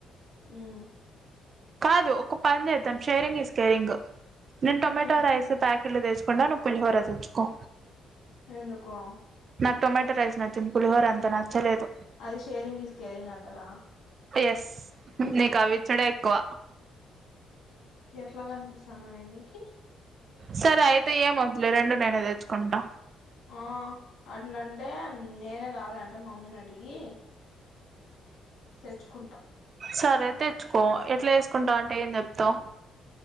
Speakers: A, on the left; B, on the right.
A: హ్మ్
B: కాదు ఒక పనిచేద్దాం షేరింగ్ ఇస్ కేరింగు నేను టొమాటో
A: ఉమ్.
B: రైసు ప్యాక్ ఫుల్ తెచ్చుకుంట నువ్ పులిహోర తెచ్చుకో
A: ఎందుకో
B: నాకు టొమాటో రైస్ నచ్చింది పులిహోర అంత నచ్చలేదు
A: అది షేరింగ్ ఈస్ కేరింగ్ అంటారా
B: ఎస్ నీకు అవ్విచ్చుడే ఎక్కువ
A: ఎట్లా కనిపిస్తానాన నేన్నీకి
B: సరే అయితే ఏమొద్దులే రెండు నేనే తెచ్చుకుంటా
A: ఆ అట్లంటే నేనే కావలం అంటే మమ్మీని అడిగి తెచ్చుకుంటాం
B: సరే తెచ్చుకో ఎట్లా వేసుకుంటవంటే ఏం చెప్తావు